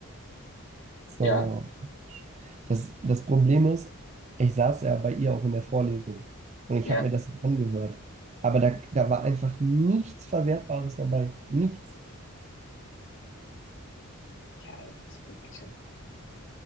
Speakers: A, on the right; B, on the left.
A: So,
B: Ja,
A: das, das Problem ist, ich saß ja bei ihr auch in der Vorlesung und ich
B: ja.
A: habe mir das angehört. Aber da, da war einfach nichts Verwertbares dabei. Nichts.
B: Tja, das ist ein bisschen,